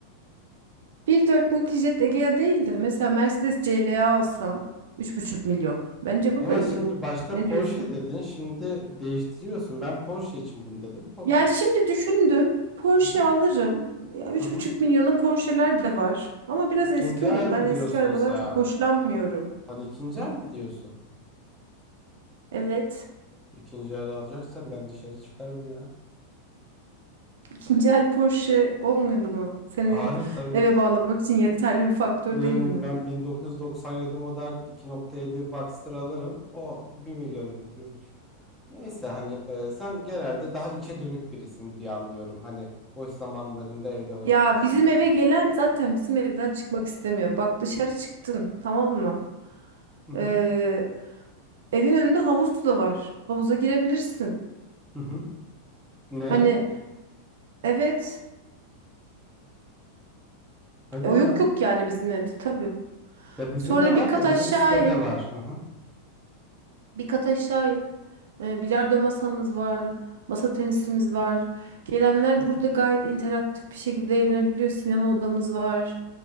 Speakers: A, on the right (about 60°); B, in the centre.
A: 1.4 Multijet Egea değil de mesela Mercedes CLA alsan üç buçuk milyon. Bence bu
B: Ama
A: da iyi.
B: şimdi başta
A: Ne
B: Porsche
A: diyorsun?
B: dedin şimdi değiştiriyorsun. Ben Porsche için bunu dedim Porsche.
A: Ya şimdi düşündüm. Porsche
B: Hı hı,
A: alırım. Ya üç
B: hı hı.
A: buçuk milyona Porsche'ler de var. Ama biraz
B: İkinci
A: eski
B: el
A: olur.
B: mi
A: Ben eski
B: diyorsun
A: arabadan
B: sen?
A: çok hoşlanmıyorum.
B: Hani ikinci
A: Hı.
B: el mi diyorsun?
A: Evet.
B: İkinci el alacaksan ben dışarı çıkarım ya.
A: İkinci el Porsche olmadı mı? Seni
B: Hayır tabii.
A: eve bağlamak için yeterli bir faktör
B: Hmm,
A: değil mi?
B: Ben 1997 model 2.7 Boxster alırım. O bir milyon lira, bir buçuk. Neyse hani e, sen genelde daha içe dönük birisin diye anlıyorum. Hani boş zamanlarında evde vakit
A: Ya
B: geçiriyorsan.
A: bizim eve gelen zaten bizim evden çıkmak istemiyor. Bak dışarı çıktın, tamam mı?
B: Hı hı.
A: Ee, evin önünde havuz da var. Havuza girebilirsin.
B: Hı hı. Ne?
A: Hani evet.
B: Hadi
A: E, yok
B: ya.
A: yok yani bizim evde tabii.
B: Ya bizim
A: Sonra
B: de var
A: bir kat
B: da bizim
A: aşağı
B: sitede
A: in.
B: var. Hı hı.
A: Bir kat aşağı in. Ee, bilardo masamız var. Masa tenisimiz var. Gelenler
B: Hı.
A: burada gayet interaktif bir şekilde eğlenebiliyor. Sinema odamız var.